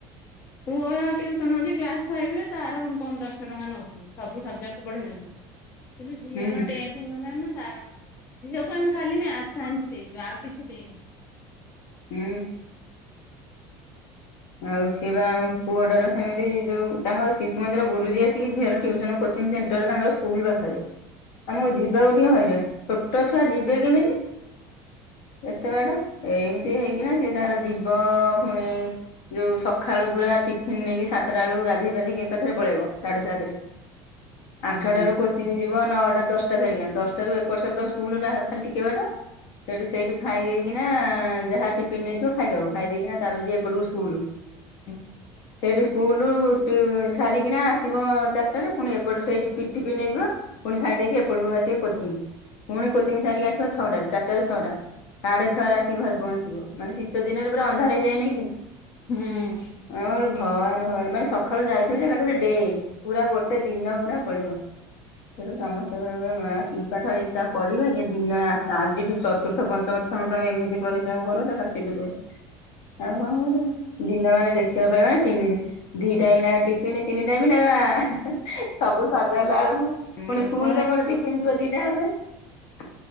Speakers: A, on the left (about 30°); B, on the left (about 65°).
A: ପୁଅ ଟିଉସନ ହେଉଛି କ୍ଲାସ୍ ଫାଇପ ରେ ତାର ପନ୍ଦରଶହଙ୍କା ନେଉଥିଲୁ। ସବୁ ସଜେକ୍ଟ ପେଢେଇ ଦଉଚୁ। କିନ୍ତୁ ଝିଅର
B: ହୁଁ
A: ଟେନ ତାର ଝିଅକୁ ଆମେ ଖାଲି ମ୳୲ଥ ସାଇନ୍ସ ଦେଇଚୁ ଆଉ କିଛି ଦେଇନି।
B: ହୁଁ। ଆଉ ସିଏ ବା ଆମ ପୁଅଟା ର ସେମିତି ଯୋଉ ତାଙ୍କ ଶିଶୁ ମନ୍ଦିର ଗୁରୁଜି ଆସିକି ଝିଅର ଟିଉସନ କୋଚିଂ ସେ ହେଟା ବି ତାଙ୍କର ସ୍କୁଲ ପାଖରେ।
A: ହ
B: ଆମକୁ ଯିବାକୁ ଟିକେ ହଇରାଣ। ଛୋଟ ଛୁଆ ଯିବେ କେମିତି ଏତେ ବାଟ ଏଇ ଏମିତି ହେଇକିନା ସିଏ ତାର ଜୀବ ଫୁଣି ଯୋଉ ସକାଳୁ ପୁରା ଟିଫିନ ନେଇକି। ସା ସାତଟା ବେଳକୁ ଗାଧେଇ ପାଧେଇକି ଏକଥରେ ପଳେଇବ। ସାଢେ ସାତରେ ଆଠଟାରୁ
A: ହୁଁ
B: କୋ ଚିଙ୍ଗି ଯିବ ନଅଟା ଦଶଟା ସାରିକା। ଦଶଟା ରୁ ଏପଟ ସେପଟ ସ୍କୁଲ ଟା ଖାଲି ଟିକେ ବାଟ। ସେଠୁ ସେଇଠୁ ଖାଇ ଦେଇକିନା ଯାହା ଟିଫନ୍ ନେଇଥିବ ଖାଇଦବ। ଖାଇ ଦେଇକିନା ତାପରେ ଏପଟକୁ ଯିବେ ସ୍କୁଲ।
A: ହୁଁ।
B: ସେଇଠି ସ୍କୁଲ ଟିଉ ସାରିକିନା ଆସିବ ଚାରିଟାରେ। ପୁଣି ଏପଟ ସେଇଠି ପିଠ ଟିଫିନ ନେଇଥିବ। ଖୁଣି ଖାଇଦେଇକି ଏପଟକୁ ଆସିବେ କୋଚିଙ୍ଗ। ପୁଣି କୋଚି ସାରିକି ଆସିବ ଛଟାରେ ଚାରିଟାରୁ ଛଅଟା। ସାଢେ ଛଅରେ ଆସିକି ଘରେ ପହଞ୍ଚେ। ଥିବ ମାନେ ଶୀତ ଦିନରେ ପୁରା ଅନ୍ଧାର ହେଇଯାଏନି କି?
A: ହୁଁ। ହୁଁ
B: ଆଉ ଭୱାନ ଭୱାନ ମାନେ ସଖାଳୁ ଯାଇଥିବ ଯେ ଏକାଥରେ ଡେ। ପୁରା ଗୋଟେ ଦିନ ପୁରା ପଳେଇବ। ସେଠୁ ସମସ୍ତେ କହିବେ ଏ ମା କି ପାଠ ଏ ଛୁଆ ପଢିବେ। ଇଏ ଦିନ ଆଜିଠୁ ଚତୁର୍ଥ ପଞ୍ଚମ ସତମେ କହିବେ ଏମିତି ପରିଶ୍ରମ କରୁଚ ତାକୁ ଚିଡିଦେବେ। ଆଉ କଣ କରିବେ। ଦିନ ମାନେ ଦେଖିବାକୁ ପାଇବନି ତିନି ଦିଇ ଟାଇମ ନେକା ଟିଫିନ ତିନି ଟାଇମ ନେକା। ସବୁ ସଜାଲା ବେଳକୁ
A: ଆମର
B: ପୁଣି ସ୍କୁଲ
A: ତ
B: ପାଇଁ ଗୋଟେ ଟିଫିନ ଯିବ ଦିଟା ବେଳ ପାଇଁ।